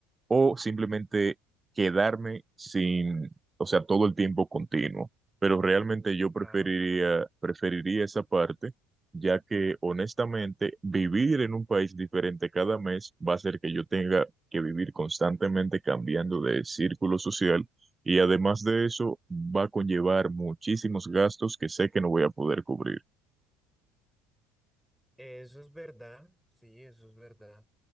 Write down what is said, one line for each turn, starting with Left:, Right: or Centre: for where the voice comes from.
Right: o simplemente quedarme sin, o sea, todo el tiempo continuo. Pero realmente
Centre: Sí,
Right: yo preferiría,
Centre: claro.
Right: preferiría esa parte, ya que honestamente vivir en un país diferente cada mes va a hacer que yo tenga que vivir constantemente cambiando de círculo social y además de eso va a conllevar muchísimos gastos que sé que no voy a poder cubrir.
Centre: Eso es verdad, sí, eso es verdad.